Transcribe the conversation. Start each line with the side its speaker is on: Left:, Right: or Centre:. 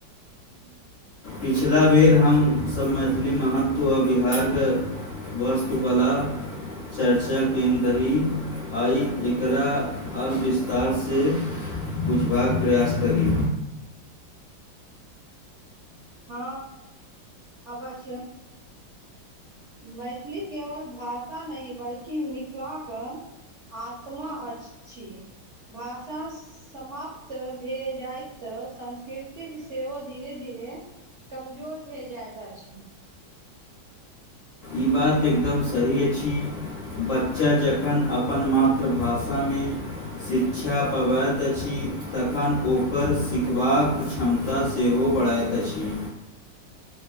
Left: पिछिला बेर हम सभ, मैथिली महत्व आओ बिहारके वास्तुकला चर्चा केन्दी आई एकरा अ विश्व विस्तारसँ बुझबाक प्रयास करी।
Right: हँ 'अवश्य'। मैथिली केवल भाषा नहि, बल्कि मिथिलाके आत्मा अछि, भाषा समाप्त भए जाइत तऽ, संस्कृतिक सेहो धीरे -धीरे कमजोर भए जायइत अछि छै।
Left: ई बात एकदम सही अछि। बच्चा जखन अपन मातृभाषामे शिक्षा पवैत अछि, तखन ओकर सिखबाक क्षमता क्षमता सेहो बढ़ाइत अछि।